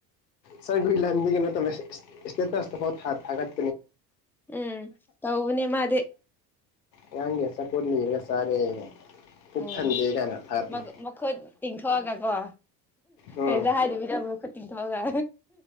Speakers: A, on the left (about 85°); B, in the centre.
A: ꯁꯔ ꯅꯨꯏꯂꯟꯗꯤ ꯀꯩꯅꯦ ꯇꯝꯃꯦ ꯏꯁꯇꯦꯇꯁ ꯇꯐꯥꯎ ꯊꯥ ꯊꯥꯒꯠ
B: ꯎꯝ ꯇꯧꯕꯅꯦ ꯃꯥꯗꯤ
A: ꯉꯥꯡꯒꯤ ꯆꯥꯄꯣꯠ ꯅꯤꯔꯒꯥ ꯆꯥꯔꯦ ꯄꯨꯛ
B: ꯎꯝ
A: ꯊꯟꯗꯦ ꯀꯥꯏꯅ ꯊꯥꯒꯠꯄꯅꯤ
B: ꯃꯈ ꯃꯈꯨꯠ ꯇꯤꯡꯊꯣꯛꯑꯒ ꯀꯣ
A: ꯎꯝ
B: ꯀꯩꯕ ꯍꯥꯏꯗ ꯔꯕꯨ ꯈꯨꯠ ꯇꯤꯡꯊꯣꯛꯑꯒ